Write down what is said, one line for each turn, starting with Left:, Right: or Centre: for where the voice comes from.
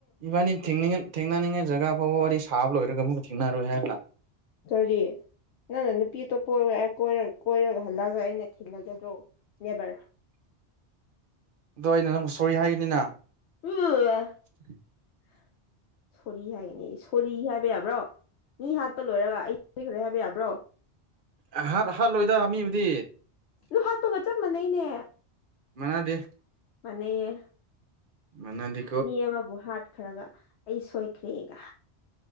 Right: ꯏꯕꯥꯅꯤ ꯊꯦꯡꯅꯤꯡ ꯊꯦꯡꯅꯅꯤꯡꯉꯥꯏ ꯖꯒꯥ ꯐꯥꯎꯕ ꯋꯥꯔꯤ ꯁꯥꯕ ꯂꯣꯏꯔꯒ ꯑꯃꯨꯛ ꯊꯦꯡꯅꯔꯣꯏ ꯍꯥꯏꯕꯥ
Left: ꯀꯔꯤ ꯅꯪꯅ ꯅꯨꯄꯤ ꯑꯇꯣꯞꯄ <unintelligible> ꯀꯣꯏꯔ ꯀꯣꯏꯔꯒ ꯍꯜꯂꯛꯑꯒ ꯑꯩꯅ ꯊꯦꯡꯅꯒꯗ꯭ꯔꯣ ꯅꯦꯕꯔ
Right: ꯑꯗꯣ ꯑꯩꯅ ꯅꯪꯕꯨ ꯁꯣꯔꯤ ꯍꯥꯏꯒꯅꯤꯅ
Left: <unintelligible>
Right: <inaudible>
Left: <inaudible> ꯁꯣꯔꯤ ꯍꯥꯏꯒꯅꯤ ꯁꯣꯔꯤ ꯍꯥꯏꯕ ꯌꯥꯕ꯭ꯔꯣ ꯃꯤ ꯍꯥꯠꯄ ꯂꯣꯏꯔꯒ ꯑꯩ ꯁꯣꯏꯈ꯭ꯔꯦ ꯍꯥꯏꯕ ꯌꯥꯕ꯭ꯔꯣ
Right: ꯑꯍ ꯍꯥꯠ ꯍꯥꯠꯂꯣꯏꯗ ꯃꯤꯕꯨꯗꯤ
Left: ꯑꯗꯨ ꯍꯥꯠꯄꯒ ꯆꯞ ꯃꯥꯟꯅꯩꯅꯦ
Right: ꯃꯥꯅꯗꯦ
Left: ꯃꯥꯅꯩꯌꯦ
Right: ꯃꯥꯅꯗꯤ
Left: ꯃꯤ ꯑꯃꯕꯨ ꯍꯥꯠꯈ꯭ꯔꯒ ꯑꯩ ꯁꯣꯏꯈ꯭ꯔꯦꯒ